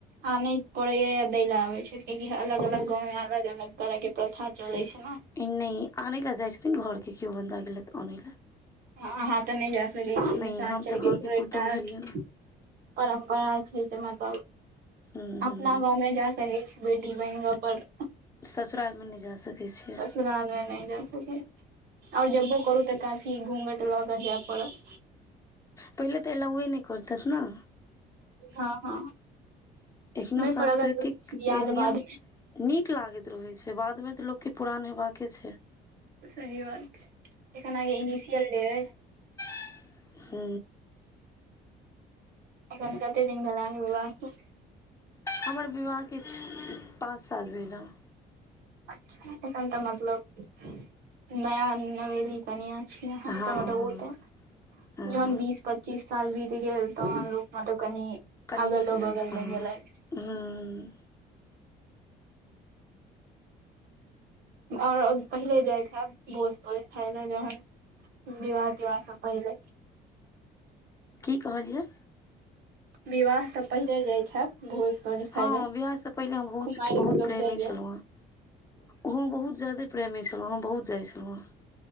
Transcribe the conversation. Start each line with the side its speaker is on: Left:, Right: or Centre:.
Right: आ नय पड़े य दै ल आबे छै कियाकि अलग अलग गाँव मे अलग अलग तरह के प्रथा चले छै ने
Left: नय आनै लए जाइ छथिन घरके केओ बन्दा गेलथि आनै लए
Right: अहाँ तऽ नय जा सकै छी
Left: नहि
Right: मिथिलाञ्चल
Left: हम तऽ
Right: के
Left: घरके पुतोहु
Right: एकटा
Left: भेलियै ने
Right: परम्परा छै जे मतलब
Left: हूँ
Right: अपना
Left: हूँ
Right: गाँवमे जा सकैत छी बेटी बहिनगऽ पर
Left: ससुरालमे नय जा सकै छियै
Right: ससुराल मे नय जा स ओर जबो करू तऽ काफी घूघट ल के जाय पड़त
Left: पहिल तऽ लओे नय करत न
Right: हँ हँ
Left: एखनो
Right: नहि
Left: सांस्कृतिक
Right: पर अगर बियाह के
Left: नियम
Right: बाद
Left: नीक लागैत रहैत छै बादमे तऽ लोकके पुरान हेबाके छै
Right: सही बात एखन आय इनिशियल डे एय
Left: <inaudible> हू
Right: एखन कते दिन भेल हन अहाँ के विवाह के
Left: हमर विवाह किछ पाँच साल भेल हन
Right: एखन तऽ मतलब नया नवेली तऽ ओत
Left: हँ हँ
Right: जन
Left: हँ
Right: बस प <inaudible> पच्चीस साल बीत गेल तहन लोक मतलब कनि
Left: कनि
Right: अगलो
Left: निकलल
Right: बगल
Left: हँ
Right: मे गेलथि
Left: हूँ
Right: ओर पहिले जाइत हइब भोज तोज खाइ लए जहन विवाह तिवाह स पहीले
Left: की कहलियै
Right: विवाह स पहिले जाइत हैब भोज तोज खाय
Left: हँ
Right: लए
Left: बिआह से पहिले हम भोज
Right: कुमारि
Left: के बहुत
Right: मे लोग
Left: प्रेमी
Right: जाइये
Left: छलो हेँ ओहु बहुत ज्यादे प्रेमी छलहुँ हेँ बहुत जाइत छलहुँ हेँ